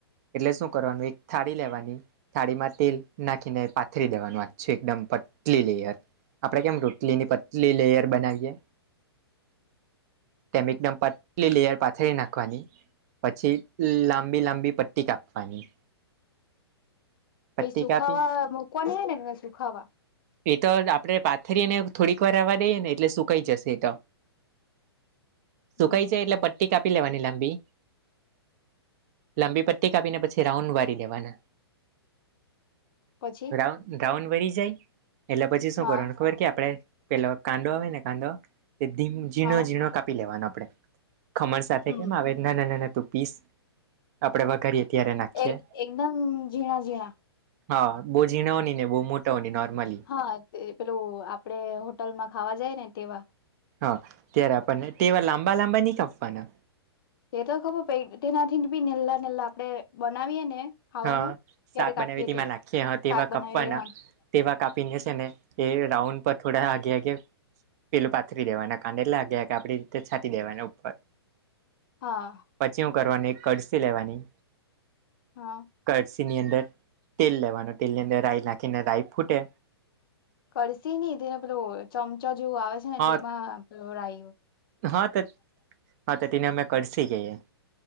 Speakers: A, on the right (about 40°); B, on the left (about 55°).
A: એટલે શું કરવાનું એક થાળી લેવાની. થાળીમાં તેલ નાખીને પાથરી દેવાનું વાત છે એકદમ પટલી લેયર. આપડે કેમ રોટલી ની પતલી લેયર બનાવીયએ. તેમ એકદમ પટલી લેયર પાથડી નાખવાની. પછી લાંબી લાંબી પટ્ટી કાપવાની.
B: પાહિ
A: પટ્ટી
B: સુખાવા
A: કાપી
B: મુકવાની હોય ને એ ને સુખાવા.
A: એ તો આપડે પાથરીને થોડીક વાર રાવ દઈએ ને એટલે સુકાઈ જશે. તો
B: હમ.
A: સુકાઈ જાય એટલે પટ્ટી કાપી લેવાની લાંબી. લાંબી પટ્ટી કાપીને પછી રાઉન્ડ વારી દેવાના.
B: પછી
A: રાઉ રાઉન્ડ વરી જાય એટલે પછી શું
B: હા
A: કરવાનું ખબર કે આપડે પેલો કાંદો આવે ને કાંદો એી ઝીણો
B: હા
A: ઝીણો કાપી લેવાનો આપણે. ખમણ સાથે
B: હમ
A: કેમ આવે નાના નાના તું પીસ આપડે વઘારીએ ત્યારે નાખીએ
B: એક એકદમ ઝીણા ઝીણા.
A: હા બહુ ઝીણાઓની ને બહુ મોટાઓની નોર્મલી.
B: હા તે પેલું આપડે હોટલમાં ખાવા જાય ને તેવા.
A: હા ત્યારે આપણને તેવાર લાંબા લાંબા નહી કાપવાના.
B: તે તો ખબર પ તેનાથી બી નીલા નીલા આપડે બનાવીએ ને. ખાવાનું
A: હા
B: ત્યારે
A: શાક
B: કાપીએ
A: બનાવીથી
B: તે
A: નાખીએ હ તેવા
B: શાક બનાવી
A: કપવાના
B: હ
A: તેવા. કાપીને છે ને એ રાઉન્ડ પર થોડા આગે આગે પેલું પાથરી દવાના કાડ એટલે લાગ્યા કે આપડી રીતે છાંટી દેવાના ઉપર.
B: હા.
A: પછી હું કરવાની એક કડસી લેવાની
B: હા.
A: કળસી ની અંદર તેલ લેવાનું તેલ ની અંદર રાય નાખીને રાઈ ફૂટે
B: કરશે ને તેને પેલો ચમચો જેવું આવે છે ને
A: હા
B: તેમાં પેલું
A: હા તો હા તો તેને અમે કડસી કહીએ.